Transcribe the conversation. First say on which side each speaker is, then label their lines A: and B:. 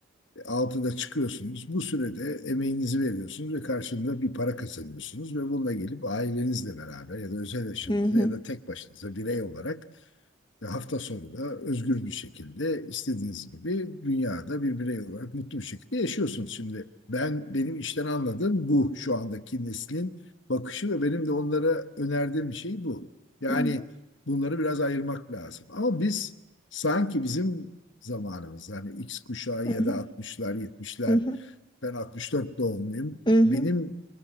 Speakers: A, on the left; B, on the left.
A: altıda çıkıyorsunuz. Bu sürede emeğinizi veriyorsunuz ve karşılığında bir para kazanıyorsunuz ve bununla gelip ailenizle beraber ya da özel yaşamınızda
B: Hı hı.
A: ya da tek başınıza birey olarak ve hafta sonu da özgür bir şekilde istediğiniz gibi dünyada bir birey olarak mutlu bir şekilde yaşıyorsunuz. Şimdi ben benim işten anladığım bu şu andaki neslin bakışı ve benim de onlara önerdiğim şey bu. Yani
B: Hı hı.
A: bunları biraz ayırmak lazım. Ama biz sanki bizim zamanımız yani X kuşağı
B: Hı
A: ya
B: hı.
A: da 60'lar 70'ler
B: Hı hı.
A: ben 64 doğumluyum.
B: Hı hı.
A: Benim